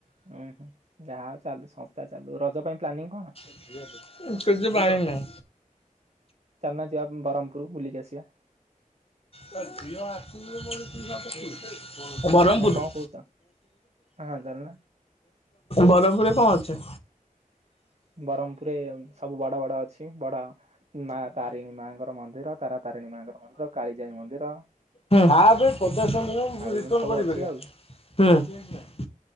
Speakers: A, on the right; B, on the left.
A: ଉଁ ହୁଁ ଯାହା ଆଉ ଚାଲୁ ସଂସ୍ଥା ଚାଲୁ। ରଜ ପାଇଁ ପ୍ଲାନିଂ କଣ?
B: <unintelligible> ନାହିଁ।
A: ଚାଲୁନା ଯିବା ବ୍ରହ୍ମପୁର ବୁଲିକି ଆସିବା।
B: ତା ଝିଅ ଆସିନି ବୋଲି ପିଇ ହବକି? ବ୍ରହ୍ମପୁର।
A: ନା କଣ କହୁଛ ହଁ ଚାଲୁନା।
B: ବ୍ରହ୍ମପୁରରେ କଣ ଅଛି?
A: ବ୍ରହ୍ମପୁରରେ ସବୁ ବଡ-ବଡ ଅଛି ବଡ ମା ତାରିଣୀ ମାଙ୍କର ମନ୍ଦିର, ତାରା ତାରିଣୀ ମାଙ୍କର ମନ୍ଦିର, କାଳିଜାଇ ମନ୍ଦିର।
B: ଖାବେ ପଚାସ ଟଙ୍କା ଦେଲେ ମୁଁ
A: ଆଉ
B: ରିଟର୍ନ
A: ଏମିତି ସବୁ
B: କରିପାରିବିନି
A: ଅଛି ଆଉ
B: ଚେଞ୍ଜ ନାହିଁ।